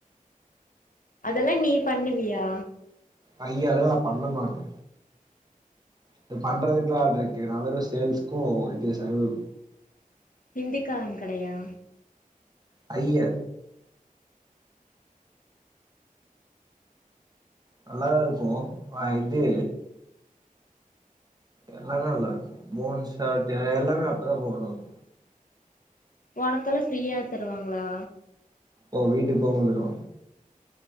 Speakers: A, on the left; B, on the right.
A: அதெல்லா நீ பண்ணுவியா
B: ஐயா அதெல்லா நா பண்ணமாட்டே இது பண்றதுக்கெல்லா ஆள் இருக்கு நா வெறு சேல்ஸ்க்கு இது சர்வரு
A: ஹிந்திக்கார கடையா
B: ஐய்ய நல்லாதா இருக்கு ஆ இது எல்லாமே நல்லாருக்கு போன்ஸ் ஷர்ட் எல்லாமே அப்பதா போடுவாங்
A: ஒனக்கெல்லா ஃப்ரீயா தருவாங்ளா
B: ஓ வீட்டுக் போம்போது தரு